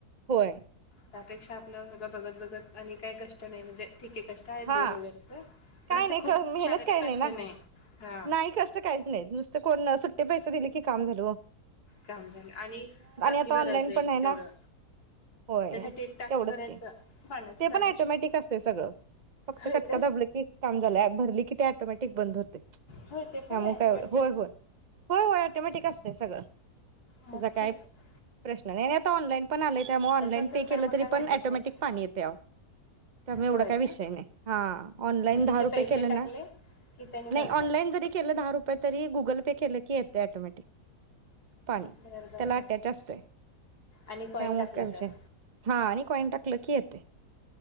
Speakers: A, on the right; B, on the left.
A: होय.
B: त्यापेक्षा आपलं सगं बघत बघत आणि काही कष्ट नाही म्हणजे ठीक आहे कष्ट आहेत
A: हां,
B: बोर वगैरेच पण
A: काय
B: असं
A: नाही
B: खूप
A: क मेहनत
B: शारीरिक
A: काही
B: कष्ट
A: नाही ना
B: हा
A: नाही कष्ट काहीच नाही नुसत कोण सुट ते पैसे दिले की काम झालं वो.
B: काम झालं, आणि टाकी
A: आता
B: भरायचं
A: ऑनलाईन
B: एक
A: पण आहे
B: तेवढं
A: ना होय
B: त्यासाठी एक टाकी
A: तेवढंच
B: भरायचं.
A: की
B: पाण्याचं
A: ते
B: कनेक्शन
A: पण ऍटोमॅटिक असतय सगळं, फक्त
B: होय
A: कटका
B: काय
A: दाबलं की काम झालं भरलं की त्या टोमॅटिक बंद होत्
B: होय ते पण
A: कामं
B: आहे ऑटोमॅटिक
A: काय एवडं होय-होय, होय-होय ऍटोमॅटिक असतंय सगळं
B: मग
A: तेजा काय
B: ठीक आहे
A: प्रश्न नाही आणि आत् त ऑनलाईन पण आलंय त्यामुळे ऑनलाईन
B: तसं असेल
A: पे केलं
B: तर मग
A: तरी
B: काय वाटत
A: पण ऑटोमॅटिक
B: नाही.
A: पाणी येतं. त्यामुळे एवढा
B: होय
A: काय
B: का
A: विषय नई, हां ऑनलाईन
B: म्हणजे
A: दहा
B: ते
A: रुपये
B: पैसे
A: केले
B: टाकले
A: ना
B: की त्यांनी जाते.
A: नाही ऑनलाईन जरी केलं दहा रुपये तरी गुगल पे केले की येतंय ऍटोमॅटिक. पाणी,
B: बर बर
A: त्या लाट्यात
B: बर.
A: असतंय
B: आणि कॉईन
A: त्यामु
B: टाकलं
A: काय विषय
B: तर
A: नइ हां आणि कॉईंन टाकलं की येत